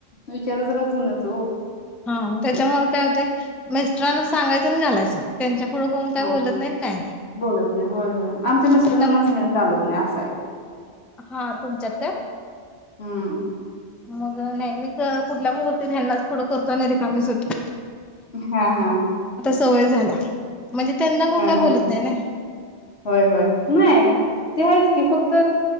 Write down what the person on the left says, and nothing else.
विचार जरा जूनच ओ.
हा
बोलत नाही होय-होय आमच्या मिस्टरांनाच
मेन चालत नाही अस आहे.
हम्म
हा, हा.
हा
हा
होय होय नाही ते आहेच की फक्त,